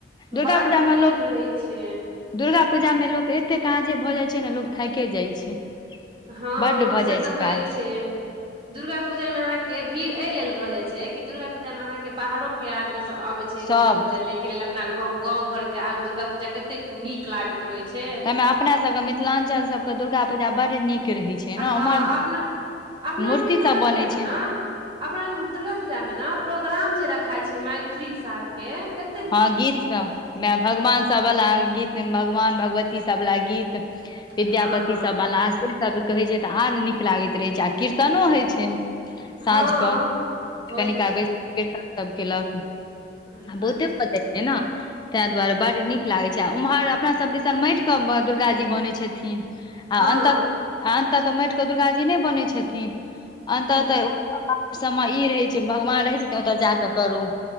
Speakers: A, on the left; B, on the right.
A: दुर्गा
B: बड़
A: पजा
B: भीड़
A: मऽ लोक
B: रहै छै
A: दुर्गा पूजा मे लोक एते काजे भऽ जाइ छै नऽ लोक थाइके जाइ छै
B: हँ
A: बड्ड भऽ
B: से
A: जाइ
B: तऽ होइ
A: काज
B: छै दुर्गा पूजामे अहाँकेँ भीड़ ऐ लेल भऽ जाइ छै कि दुर्गा पूजा मे अहाँकेँ बाहरो केँ आदमी सब अबै छै
A: सभ
B: दुर्गा पूजा देखै लेल आ अपना घ - गाँव घर केँ आब दुर्गा पूजा कतेक नीक लागैत रहै छै
A: ताहिमे अपना सबके मिथिलांचल सब कऽ दुर्गापूजा बड्ड नीक रहै छै ने
B: हँ
A: ओम्हर
B: अपना - अपना
A: मूर्ति
B: आर केँ दुर्गा
A: सब बनै
B: पूजामे
A: छै
B: नऽ अपना आर केँ दुर्गा पूजा मे नऽ प्रोग्राम जे रखाय छै मैथिली साहेब केँ के
A: हँ गीत सब मै भगवान सब बला गीत भगवान भगवती सबवला गीत
B: हँ
A: विद्यापति सबवाल से सब कहै छै तऽ आर नीक लागैत रहै छै आ कीर्तनो होइ छै
B: हँ
A: साँझ कऽ
B: होइ
A: कनि काल
B: छै
A: बैस कऽ किर्तन सभ केलक
B: <unintelligible>
A: ओते भऽ जाय छै नऽ तैय दुआरे बड्ड नीक लागे छै आ उम्हर अपना सब दिसन माटि कऽ ब - दुर्गा जी बनै छथिन आ
B: हँ
A: अन्तः - अन्तः तऽ माटिकेँ दुर्गा जी नय बनै छथिन अन्तः
B: उ
A: तऽ बाहर सममे ई रहै छै भगवान रहै छै ओतऽ जा कऽ करू